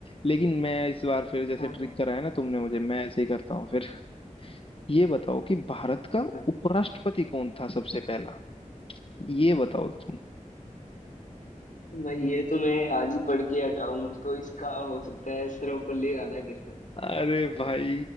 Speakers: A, on the left; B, on the left.
A: लेकिन मैं इस बार फिर जैसे
B: हाँ
A: ट्रिक
B: हाँ
A: कराया ना तुमने मुझे मैं ऐसे ही करता हूँ फिर <laughs> ये बताओ कि भारत का
B: हाँ।
A: उपराष्ट्रपति कौन था सबसे पहला ये बताओ तुम
B: भाई ये तो मैं आज ही पढ़ के हटाऊं तो इसका हो सकता है सर्वपल्ली राधाकृष्णन
A: अरे भाई